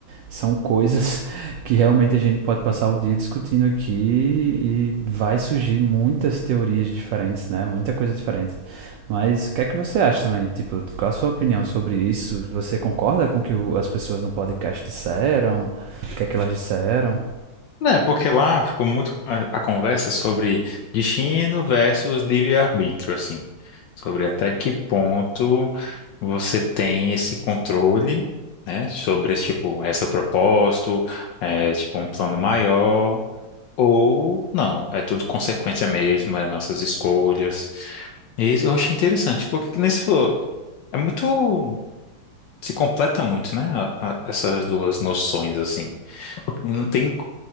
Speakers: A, on the right (about 80°); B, on the left (about 75°).
A: são coisas <laughs> que realmente a gente pode passar o dia discutindo aqui e vai surgir muitas teorias diferentes, né? Muita coisa diferente. Mas o que é que você acha também? Tipo, qual a sua opinião sobre isso? Você concorda com o que o- as pessoas no podcast disseram? O que é que elas disseram?
B: Né, porque lá ficou muito a, a conversa sobre destino versus livre-arbítrio, assim. Sobre até que ponto você tem esse controle, né? Sobre, tipo, é seu propósito, é, tipo, um plano maior, ou não. É tudo consequência mesmo, é nossas escolhas. E isso eu achei interessante, porque, que nem você falou, é muito. se completa muito, né? a- a- essas duas noções, assim. E Não tem